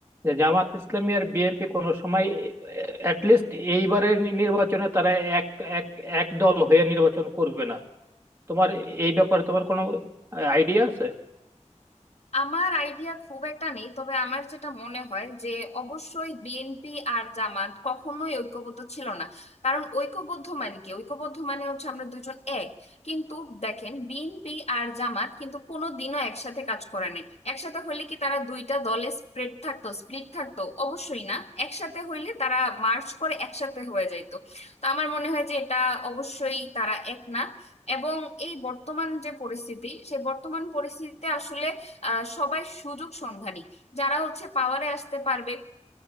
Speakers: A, on the right; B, on the left.
A: যে জামাত ইসলামী আর বিএনপি কোনো সময় অ্যাটলিস্ট এইবারের নি- নির্বাচনে তারা এক এক এক দল হয়ে নির্বাচন করবে না তোমার এই ব্যাপারে তোমার কোনো আইডিয়া আছে
B: আমার আইডিয়া খুব একটা নেই তবে আমার যেটা মনে হয় যে অবশ্যই বিএনপি আর জামাত কখনোই ঐক্যবদ্ধ ছিল না কারণ ঐক্যবদ্ধ মানে কি ঐক্যবদ্ধ মানে হচ্ছে আমরা দুজন এক কিন্তু দেখেন বিএনপি আর জামাত কিন্তু কোনোদিনও একসাথে কাজ করে নাই একসাথে হইলে কি তারা দুইটা দলে স্প্রেড থাকতো স্প্লিট থাকতো অবশ্যই না একসাথে হইলে তারা মার্চ করে একসাথে হয়ে যাইতো তো আমার মনে হয় যে এটা অবশ্যই তারা এক না এবং এই বর্তমান যে পরিস্থিতি সেই বর্তমান পরিস্থিতিতে আসলে আহ, সবাই সুযোগ সন্ধানী যারা হচ্ছে পাওয়ারে আসতে পারবে